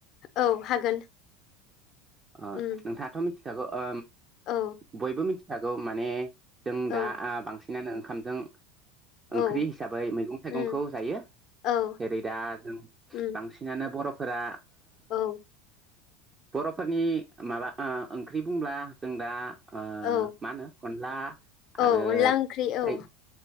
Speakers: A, on the left; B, on the right.
A: औ हागोन
B: ओ
A: उम
B: नोंथाङाथ मिथिखागौ ओ
A: औ
B: बयबो मिथिखागौ माने जों
A: औ
B: दा ओ बांसिनानो ओंखामजों
A: औ
B: ओंख्रि हिसाबै मैगं थाइगंखौ
A: उम
B: जायो
A: औ
B: जेरै दा जों
A: उम
B: बांसिनानो बर' फोरा
A: औ
B: बर'फोरनि माबा ओंख्रि बुंब्ला जों दा ओ
A: औ
B: मा होनो अनला आरो
A: औ अनला ओंख्रि औ
B: ओइ